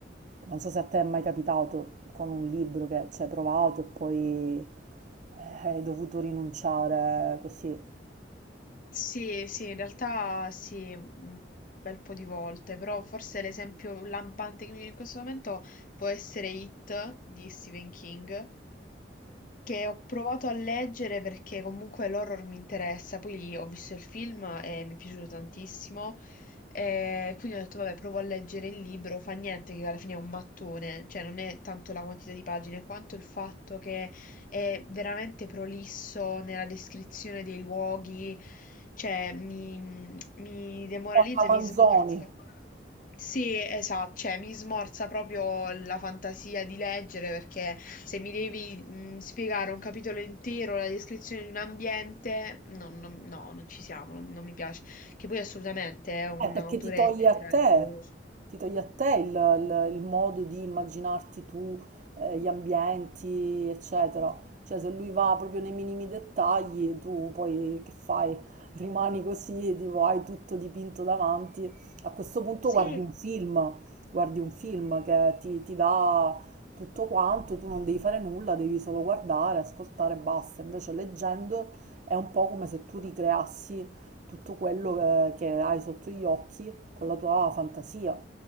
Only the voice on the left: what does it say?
Sì, sì, in realtà sì, un bel po' di volte, però forse l'esempio lampante che mi viene in questo momento può essere It di Stephen King, che ho provato a leggere perché comunque l'horror mi interessa, poi lì ho visto il film e mi è piaciuto tantissimo, e quindi ho detto vabbè, provo a leggere il libro, fa niente che alla fine è un mattone, cioè non è tanto la quantità di pagine quanto il fatto che è veramente prolisso nella descrizione dei luoghi, cioè mi, mi demoralizza
e mi smorza. Sì, esatto, cioè mi smorza proprio la fantasia di leggere perché se mi devi mh, spiegare un capitolo intero, la descrizione di un ambiente, no, no, no, non ci siamo, non, non mi piace. Che poi assolutamente è un
autore
grandioso.
Sì,